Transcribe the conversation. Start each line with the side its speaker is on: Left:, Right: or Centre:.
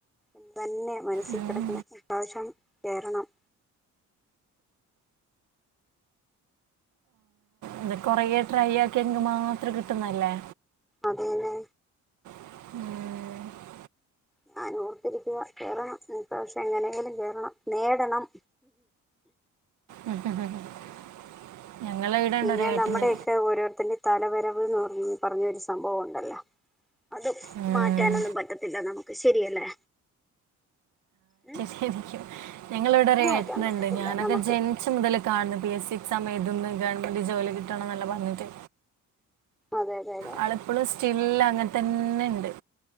Centre: ഇതന്നെ മനസ്സി
Right: ഉം.
Centre: കെടക്കുന്നെ ഇപാവശ്യം കേറണം
Right: അത് കൊറേ ട്രൈയാക്കിയെങ്കി മാത്രം കിട്ടുന്നെല്ലേ?
Centre: അതേന്നെ
Right: <inaudible>
Centre: ഞാൻ ഓർത്തിരിക്കുവ കേറണം ഇപ്രാവശ്യം എങ്ങനേങ്കിലും കേറണം നേടണം
Right: <inaudible> ഇവിടെ
Centre: പിന്നെ
Right: ഉണ്ട് ഒരു ഏട്ടന്
Centre: നമ്മടെയക്കെ ഓരോത്തന്ന് തലവരവ്ന്ന് പറഞ്ഞ് പറഞ്ഞൊരു സംഭവവൊണ്ടല്ല അത്
Right: ഉം.
Centre: മാറ്റാനൊന്നും പറ്റത്തില്ല നമുക്ക് ശരിയല്ലേ? ഉം
Right: ശരിക്കും ഞങ്ങളവിട
Centre: അത്
Right: ഒര്
Centre: മാറ്റാൻ
Right: ഏട്ട്നണ്ട്
Centre: പറ്റത്തില്ല
Right: ഞാനൊക്കെ
Centre: നമുക്ക്
Right: ജനിച്ച മുതല് കാണ പി എസ് സി സമയത്തൊന്നും ഗവൺമെന്റ് ജോലി <unintelligible> ഇങ്ങനെ പറഞ്ഞിട്ട്
Centre: അതെ അതെ അതെ
Right: ആള് ഇപ്പോളും സ് ഇല്ല അങ്ങൻതന്നെണ്ട്